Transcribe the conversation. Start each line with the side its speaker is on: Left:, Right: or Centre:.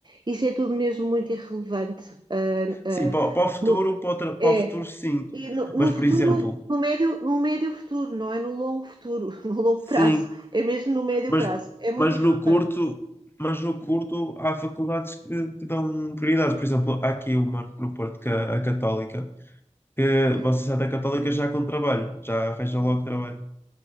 Right: isso é tudo mesmo muito irrelevante. eh, eh,
Left: Sim, para, para o futuro,
Right: no-
Left: para o, tra- para
Right: é,
Left: o futuro, sim.
Right: e no, no
Left: Mas,
Right: futuro,
Left: por exemplo,
Right: no médio, no médio futuro, não é no longo futuro, <laughs> no longo
Left: sim,
Right: prazo, é mesmo no médio
Left: mas,
Right: prazo, é muito
Left: mas
Right: irrelevante.
Left: no curto, mas no curto há faculdades que, que dão prioridades. Por exemplo, há aqui uma no Porto, que é a Católica, que
Right: É,
Left: vocês saem da Católica já com trabalho, já arranjam logo trabalho.